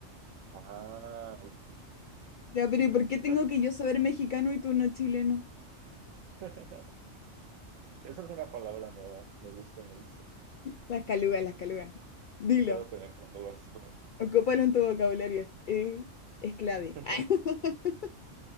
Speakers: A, on the right (about 85°); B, on the left (about 65°).
A: Ah, ok,
B: Ya, pero ¿y por qué
A: ok.
B: tengo que yo saber mexicano y tú no chileno?
A: <laughs> Esa es una palabra nueva, me gusta, me gusta.
B: Las calugas, las calugas. Dilo.
A: Espero tener palabras pronto.
B: Ocúpalo en tu vocabulario, es, eh, es clave.
A: <laughs>
B: <laughs>